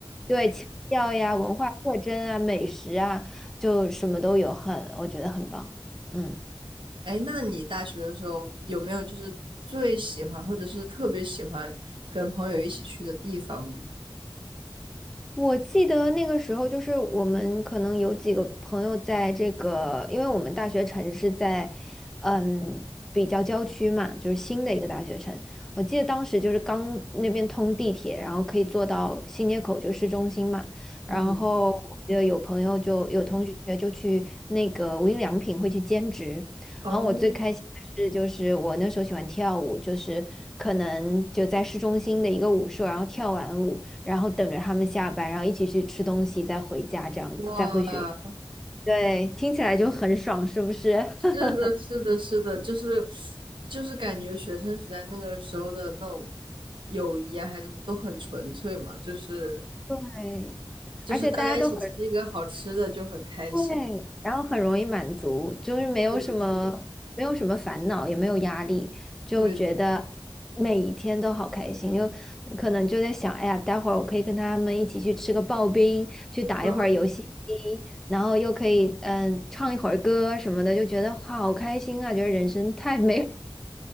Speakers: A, in the centre; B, on the right (about 65°).
A: 对腔调呀、文化特征啊、美食啊，就什么都有很，我觉得很棒。嗯。
B: 哎，那你大学的时候有没有就是最喜欢或者是特别喜欢跟朋友一起去的地方呢？
A: 我记得那个时候，就是我们可能有几个朋友在这个，因为我们大学城是在，嗯，比较郊区嘛，就是新的一个大学城。我记得当时就是刚那边通地铁，然后可以坐到新街口，就市中心嘛。然后我记得有朋友就有同学就去那个无印良品会去兼职。
B: 嗯，哦，
A: 然后我最开心的是，就是我那时候喜欢跳舞，就是可能就在市中心的一个舞社，然后跳完舞。然后等着他们下班，然后一起去吃东西，再回家，这样子，
B: 哇。
A: 再回学校对，听起来就很爽，是不是？
B: 是的，
A: <laughs>
B: 是的，是的，就是就是感觉学生时代那个时候的那种友谊啊，还是什么都很纯粹嘛，就是
A: 对，
B: 就是大家一起吃一个好吃的就很开心。
A: 而且大家都很对，然后很容易满足，就是没有什么没有什么烦恼，
B: 是的，是的，
A: 也没有压力，就觉得每一天都好开心。
B: 对对对，
A: 就可能就在想，哎呀，待会儿我可以跟他们一起去吃个刨冰，去打一会儿游戏机，
B: 嗯，
A: 然后又可以嗯唱一会儿歌什么的，就觉得好开心啊！觉得人生太美。